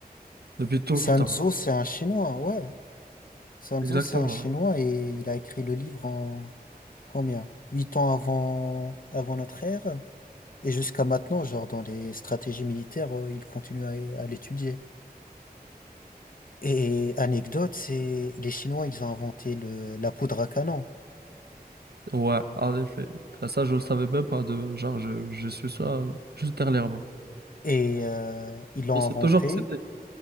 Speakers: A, on the right; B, on the left.
A: Depuis tout
B: Sun
A: le temps.
B: Tzu, c'est un Chinois, hein, ouais. Sun
A: Exactement.
B: Tzu, c'est un Chinois et il a écrit le livre en combien? Huit ans avant, avant notre ère. Et jusqu'à maintenant, genre dans les stratégies militaires, euh, il continue à, à l'étudier. Et anecdote, c'est les Chinois, ils ont inventé le, la poudre à canon.
A: Ouais, en effet. Ah, Ça, je le savais même pas de genre je, je suis ça juste dernièrement.
B: Et euh, ils
A: Je
B: l'ont
A: pensais
B: inventé,
A: toujours que c'était.